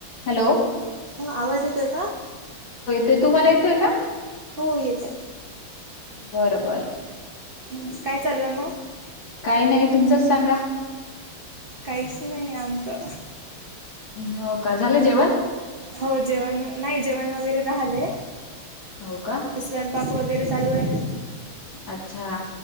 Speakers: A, on the left; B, on the right.
A: Hello
B: हो आवाज येतोय का
A: ते तुम्हाला येतोय का
B: हो येते
A: बरं बरं
B: हम्म काय चालू आहे मग
A: काही नाही तुमचंच सांगा
B: काहीच नाही आमचं
A: हो का झालंय जेवण
B: हो जेवण नाही जेवण वगैरे झालय
A: हो का
B: तर स्वयंपाक वैगै वगैरे चालू आहे
A: अच्छा